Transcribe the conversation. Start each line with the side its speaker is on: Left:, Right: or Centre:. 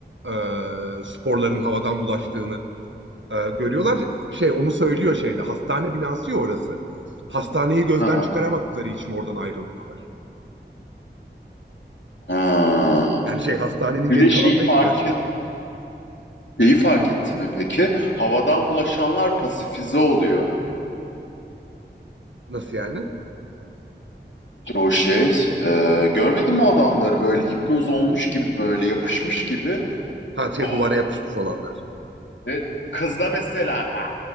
Right: e, sporların havadan bulaştığını e, görüyorlar. Şey onu söylüyor şeyde hastane binası ya orası. Hastaneyi gözden
Left: Hı hı.
Right: çıkaramadıkları için oradan ayrılmıyorlar.
Left: Ha.
Right: Yani şey hastanenin
Left: Bir
Right: geri
Left: de
Right: kalanına
Left: şeyi fark
Right: ihtiyaçları
Left: et,
Right: var.
Left: şeyi fark etti mi peki? Havadan bulaşanlar pasifize oluyor.
Right: Nasıl yani?
Left: O şey, e, görmedin mi adamları böyle hipnoz olmuş gibi böyle yapışmış gibi.
Right: Ha şey
Left: Oh,
Right: duvara yapışmış olanlar.
Left: evet. Kızda mesela